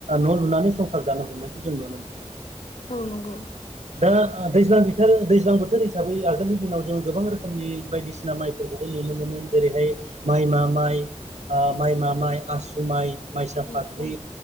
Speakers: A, on the right; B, on the left.
A: न' लुनानै संसार जानो हमनायखौ जों नुनो मोनदों।
B: औ नंगौ।
A: दा दैज्लां बिथोर दैज्लां बोथोर हिसाबै आगोलनि दिनाव जोङो गोबां रोखोमनि बायदिसिना माइफोरखौ खौबो नुनो मोनो जेरैहाय माइमा माइ ओ माइमा माइ, आसु माइ माइसा
B: औ
A: फाख्रि
B: औ